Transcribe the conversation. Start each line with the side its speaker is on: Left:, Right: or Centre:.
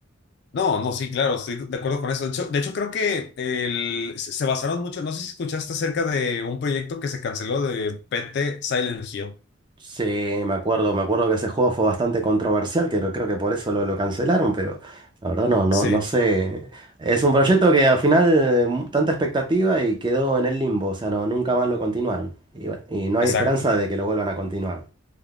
Left: No, no, sí, claro, estoy de acuerdo con eso. De hecho, de hecho, creo que el- se se basaron mucho, no sé si escuchaste acerca de un proyecto que se canceló de PT Silent Hill.
Right: Sí, me acuerdo, me acuerdo que ese juego fue bastante controversial, que creo que por eso lo, lo cancelaron, pero la verdad no, no,
Left: Sí,
Right: no sé. Es un proyecto que al final eh, mu- tanta expectativa y quedó en el limbo, o sea, no, nunca más lo continuaron. Y bueno, y no hay
Left: exacto.
Right: esperanza de que lo vuelvan a continuar.